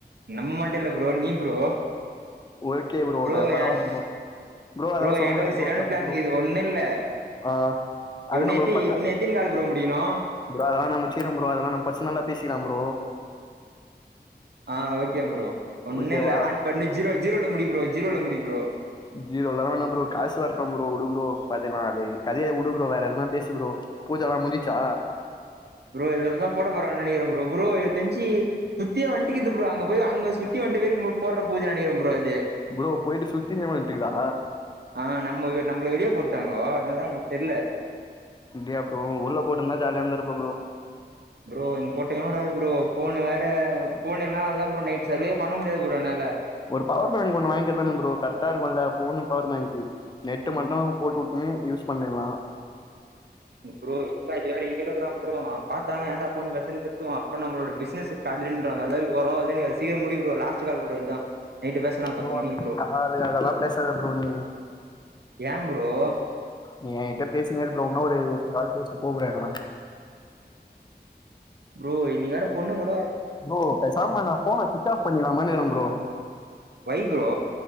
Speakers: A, on the right; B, on the left.
A: நம்ம மட்டு இல்ல ப்ரோ நீ ப்ரோ
B: ஓகே
A: ப்ரோ
B: நா பரவாயில்ல
A: ஏங்
B: ப்ரோ
A: ப்ரோ
B: அதெல்லா சொல்லக்கூடாது
A: என்ட்ட ஒரு சரியான
B: ப்ரோ தப்பு
A: பிளான்ங்கிது
B: ப்ரோ
A: ஒண்ணு இல்ல
B: ஆ அது
A: எவன்னு
B: நம்ம
A: எத்தி
B: பர்சன
A: உன்னு எத்தினு கால் ப்ரோ முடிக்கணு
B: ப்ரோ அதெல்லா நா முச்சிக்கிறே ப்ரோ அதெல்லா நா பர்சனலா பேசிக்கிறே ப்ரோ
A: ஆ ஓகே ப்ரோ ஒண்ணு
B: ஓகேவா
A: இல்ல ஆன் பண்ணி ஜீரோ ஜீரோல முடி ப்ரோ ஜீரோல முடி ப்ரோ
B: ஜீரோல்லா வேணா ப்ரோ காசு வரட்டு ப்ரோ உடுப்ரோ பாத்துக்லா அது கதயை உடுப்ரோ வேற எதனா பேசு ப்ரோ பூஜல்லா முஞ்சிச்சா
A: ப்ரோ இதுல தா போட போறங்கன்னு நெனக்கிறே ப்ரோ ப்ரோ எனக் தெஞ்சி சுத்தியே வண்டிக்கிது ப்ரோ அங்க போய் அங்க சுத்தி ரெண்டு பேரு போடுற பூஜன்னு நெனைக்கிறே ப்ரோ இது
B: ப்ரோ போயிட்டு சுத்தி இருக்குதா
A: ஆ நம்ம நம்மள வெளிய போட்டாங்கோ அதனால தா நம்மளுக்கு தெரில
B: அப்படியா ப்ரோ உள்ள போட்டிருந்தா ஜாலியா இருந்திருப்ப ப்ரோ
A: ப்ரோ இங்க கூட்டமே வராது ப்ரோ ஃபோன் வேற ஃபோன் இல்லன்னா அவ்ளோ தா ப்ரோ நைட் சர்வேயே பண்ண முடியாது ப்ரோ என்னால
B: ஒரு பவர் பேங்க் ஒன்னு வாங்கிக்கதான ப்ரோ கரெக்டா இருக்குல்ல ஃபோன்ன பவர் பேங்க் நெட்டு மட்டு போட்டு வுட்டன்னா யூஸ் பண்ணிறலா
A: ப்ரோ ஹெச் ஆர் வேற இங்க தா இருக்குறா ப்ரோ அவே பாத்தான்னா ஏண்டா ஃபோன் பேசுறன்னு திட்டுவா அப்றோ நம்மளோட பிசினஸ் திடீர்னு நின்டாங்க அதுக்காக இப்டி ஓரமா வந்து எனக்கு அத சீக்கிரோ முடி ப்ரோ லாஸ்ட் கால் ப்ரோ இதா நைட்டு பேசலா
B: ப்ரோ
A: பத்து
B: அந்த
A: மணிக்கு
B: காலு அதெல்லா பேசாத ப்ரோ நீ
A: ஏன் ப்ரோ
B: நீ ஏ கிட்ட பேசினே இரு ப்ரோ இன்னு ஒரு கால் பேசனு கூப்டவா வேணாமா
A: ப்ரோ இன்னக்கி வேற பொண்ணுங்கோ
B: ப்ரோ பேசாம நா ஃபோன சுவிட்ச் ஆஃப் பண்ணிறலாமானு இருக்றே ப்ரோ
A: வை ப்ரோ